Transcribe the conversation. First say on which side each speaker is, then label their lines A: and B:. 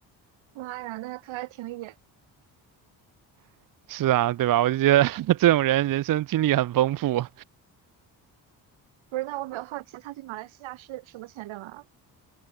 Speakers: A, on the right; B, on the right.
A: 妈呀，那他还挺野。
B: <laughs> 是啊，对吧？我就觉得 <laughs> 这种人人生经历很丰富。
A: 不是，那我比较好奇，他去马来西亚是什么签证啊？